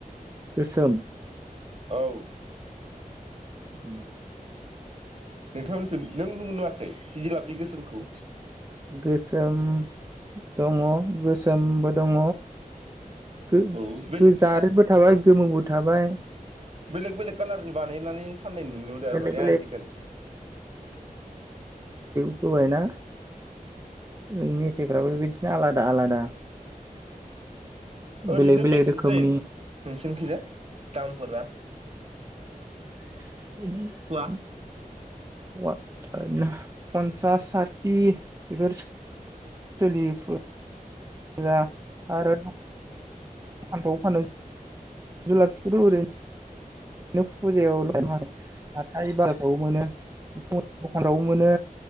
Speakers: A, on the right; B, on the right.
A: गोसोम
B: औ
A: उ
B: नोंथांमोनखौ नों नुवाखै जिलाफि गोसोमखौ?
A: गोसोम दङ गोसोमबो दङ गो-गोजारबो
B: औ बेलेग
A: थाबाय गोमोबो थाबाय
B: बेलेग बेलेग कालारनि बानायनानै फाननाय नुनोदोंरो
A: बेलेग
B: माने
A: बेलेग
B: आजिखालि
A: होबायना मेथाइफ्राबो बेबायदिनो आलादा आलादा
B: ओरैनो
A: बेलेग बेलेग
B: बेसेसो
A: रोखोमनि
B: जायोनो? नोंसोरनिखिजा दामफोरा।
A: <unintelligible>
B: फुवा
A: पसानो पन्सास साथि बेफोर सोलियो जा आरो दखानफ्रावबो फानो जुलाफसिखौथ' ओरै नो फुजायाव म हाथाय बारफ्रावबो मोनो दखानफ्रावबो मोनो